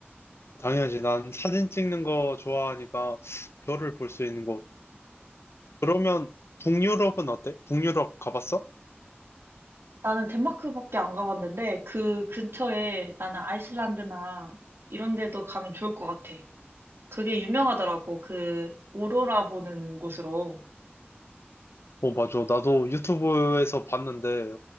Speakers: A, on the left (about 80°); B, on the right (about 70°).
A: 당연하지. 난 사진 찍는 거 좋아하니까, 별을 볼 수 있는 곳. 그러면, 북유럽은 어때? 북유럽 가봤어?
B: 나는 덴마크밖에 안 가봤는데 그 근처에 나는 아이슬란드나 이런 데도 가면 좋을 것 같아. 그게 유명하더라고. 그 오로라 보는 곳으로.
A: 어, 맞아. 나도 유튜브에서 봤는데,